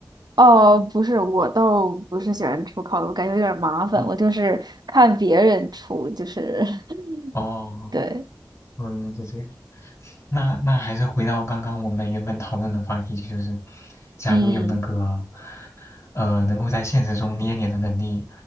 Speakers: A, on the right (about 70°); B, on the left (about 40°).
A: 哦，不是，我倒不是喜欢出烤的，我感觉有点儿麻烦。
B: 哦
A: 我就是看别人出，就是 <laughs>
B: 哦
A: 对，
B: 哦，原来是这样。那那还是回到刚刚我们原本讨论的话题，就是假如有那个。
A: 嗯
B: 呃，能够在现实中捏脸的能力